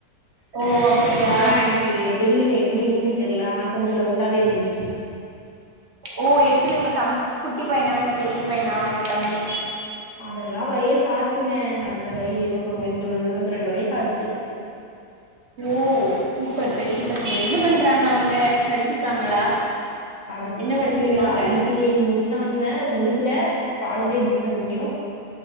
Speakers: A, on the right; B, on the left.
A: ஓ அப்டியா
B: ஆனா எனக்கு தெரில எப்டின்னு தெர்ல ஆனா கொஞ்சோ டவுட்டாவே இருந்துச்சு
A: ஓ எப்டி உங்க தம் குட்டி பையனா இல்ல பெரிய பையனா உங்க தம்பி
B: அதெல்லா வயசாச்சுங்க அடுத்த வய் இருவத்தோர் ரெண்டு இருவத்ரெண்டு வயசாச்சு
A: ஓ சூப்பர் பெரிய பசங்க என்ன பண்றாங்க அவங்க படிச்சிருக்காங்களா
B: படிச்சு
A: என்ன படிச்சிருக்காங்க
B: ஐ டி ஐ முடிச்சானுங்க முடிக்கில பாதிலயே டிஸ்கன்ட்னியு